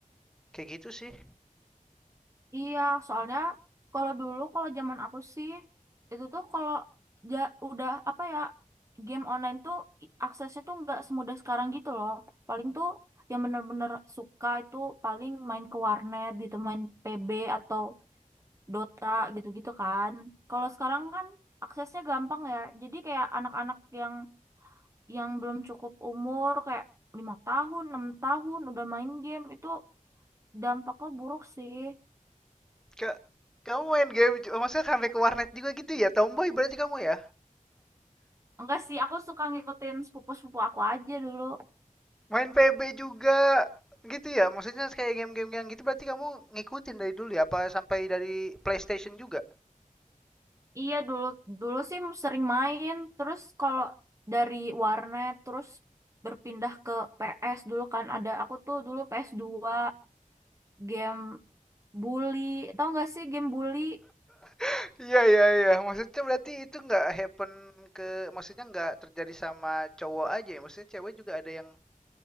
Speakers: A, in the centre; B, on the right.
A: kayak gitu sih
B: Iya, soalnya kalau dulu kalau zaman aku sih itu tuh kalau ja- udah apa ya game online tuh i- aksesnya tuh nggak semudah sekarang gitu loh. Paling tuh yang bener-bener suka itu paling main ke warnet gitu, main PB atau Dota gitu-gitu kan. Kalau sekarang kan aksesnya gampang ya. Jadi kayak anak-anak yang yang belum cukup umur kayak lima tahun, enam tahun udah main game itu dampaknya buruk sih.
A: Kak, kamu main game maksudnya sampai ke warnet juga gitu ya tomboy berarti kamu ya
B: Enggak sih, aku suka ngikutin sepupu-sepupu aku aja dulu.
A: Main PB juga gitu ya? Maksudnya kayak game-game yang gitu berarti kamu ngikutin dari dulu ya? Apa sampai dari PlayStation juga?
B: Iya, dulu dulu sih sering main. Terus kalau dari warnet terus berpindah ke PS dulu kan ada aku tuh dulu ps dua game bully. Tahu nggak sih game bully?
A: <laughs> Iya iya iya. Maksudnya berarti itu nggak happen ke maksudnya nggak terjadi sama cowok aja ya? Maksudnya cewek juga ada yang